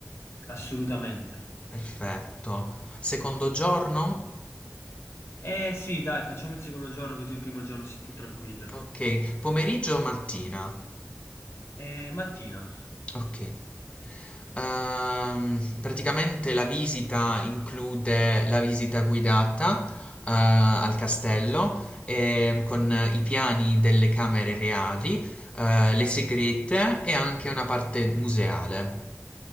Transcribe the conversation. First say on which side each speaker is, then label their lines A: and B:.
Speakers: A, on the left; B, on the left.
A: assolutamente.
B: Perfetto. Secondo giorno?
A: Eh sì, dai, facciamo il secondo giorno così il primo giorno sto più tranquillo.
B: Ok. Pomeriggio o mattina?
A: Eh, mattina.
B: Ok. Ehm, praticamente la visita include la visita guidata, eh, al castello ehm, con i piani delle camere reali, eh, le segrete e anche una parte museale.